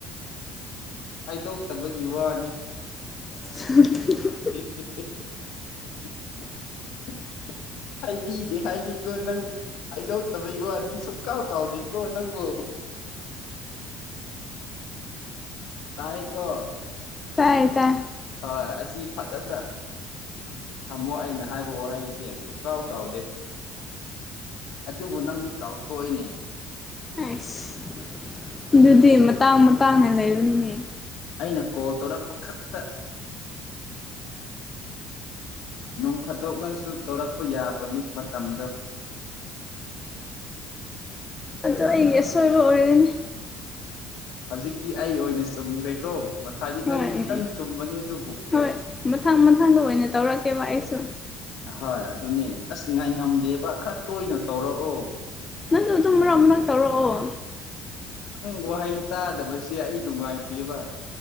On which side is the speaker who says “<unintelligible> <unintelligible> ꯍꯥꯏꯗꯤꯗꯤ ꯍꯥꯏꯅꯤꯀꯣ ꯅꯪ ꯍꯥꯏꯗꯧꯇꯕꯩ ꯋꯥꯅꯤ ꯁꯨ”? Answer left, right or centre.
Left